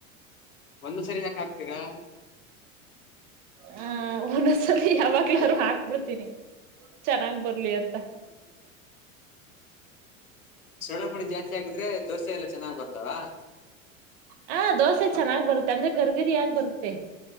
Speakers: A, on the left; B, on the right.
A: ಒಂದ್ ಸರಿ ಯಾಕೆ ಹಾಕ್ತೀರಾ
B: ಹಾ, ಒಂದೊದಸಲಿ ಯಾವಾಗ್ಲಾದ್ರು ಹಾಕ್ಬಿಡ್ತೀನಿ. ಚೆನ್ನಾಗ್ ಬರ್ಲಿ ಅಂತ
A: ಸೊಡಾಪುಡಿ ಜಾಸ್ತಿ ಆಕಿದ್ರೆ ದೋಸೆ ಎಲ್ಲ ಚೆನ್ನಾಗ್ ಬರ್ತಾವ
B: ಹಾ, ದೋಸೆ ಚೆನ್ನಾಗ್ ಬರುತ್ತೆ ಅಂದ್ರೆ ಗರ್ಗರಿ ಆಗಿ ಬರುತ್ತೆ.